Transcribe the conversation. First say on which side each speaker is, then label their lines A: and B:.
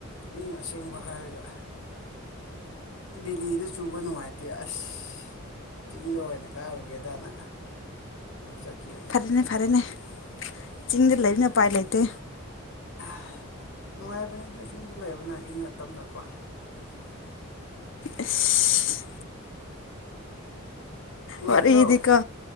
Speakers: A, on the left; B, on the left.
A: ꯃꯤꯅ ꯑꯁꯦꯡꯕ ꯍꯥꯏꯔꯒ ꯕꯦꯂꯤꯗ ꯆꯨꯕ ꯅꯨꯡꯉꯥꯏꯇꯦ ꯑꯁ ꯆꯤꯡꯗ ꯑꯣꯏꯅ ꯀꯥꯔꯨꯒꯦꯗꯅ ꯆꯠꯈꯤꯕ
B: ꯐꯔꯦꯅꯦ ꯐꯔꯦꯅꯦ ꯆꯤꯡꯗ ꯂꯩꯕꯅ ꯎꯄꯥꯏ ꯂꯩꯇꯦ
A: <unintelligible> ꯅꯨꯡꯉꯥꯏꯕꯅꯦ ꯆꯤꯡꯗ ꯂꯩꯕꯅ ꯏꯪꯅ ꯇꯞꯅꯀꯣ
B: ꯑꯁ
A: ꯅꯨꯡꯉꯥꯏꯇ꯭ꯔꯣ
B: ꯋꯥꯔꯝꯗꯤꯀꯣ